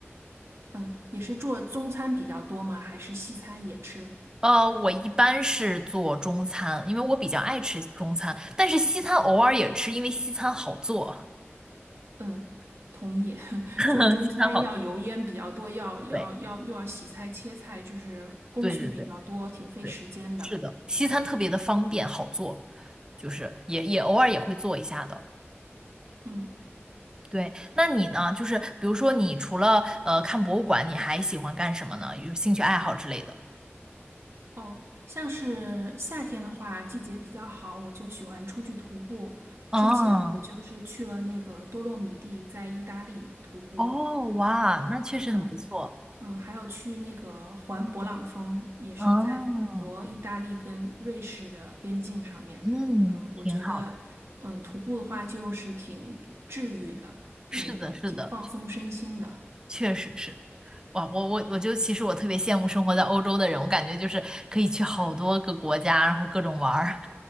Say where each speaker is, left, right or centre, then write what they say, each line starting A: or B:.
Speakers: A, on the right; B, on the right.
A: 嗯，也是做中餐比较多吗？还是西餐也吃？
B: 呃，我一般是做中餐，因为我比较爱吃中餐，但是西餐偶尔也吃，因为西餐好做，
A: 嗯，同意。<laughs>
B: <laughs>
A: 就是中餐要油烟比较多，
B: 西餐好做。
A: 要要要又要洗菜切菜，
B: 对，
A: 就是工序比较多，
B: 对对对。
A: 挺费时间的。
B: 对，是的，西餐特别的方便好做，就是也也偶尔也会做一下的。
A: 嗯，
B: 对，那你呢？就是比如说，你除了呃看博物馆，你还喜欢干什么呢？有兴趣爱好之类的？
A: 哦，像是夏天的话，季节比较好，我就喜欢出去徒步。
B: 哦
A: 之前我就是去了那个多洛米蒂，在意大利徒步，
B: 哦，
A: 然后嗯。
B: 哇，那确实很不错。
A: 嗯，还有去那个环勃朗峰，也是在法国、
B: 哦，
A: 意大利跟瑞士的边境上面。
B: 嗯，
A: 嗯，我觉得，
B: 挺好的。
A: 嗯，徒步的话就是挺治愈的，
B: 是的，
A: 嗯，
B: 是的，
A: 挺放松身心的。
B: 确实是。哇，我我我就其实我特别羡慕生活在欧洲的人，我感觉就是可以去好多个国家，然后各种玩儿。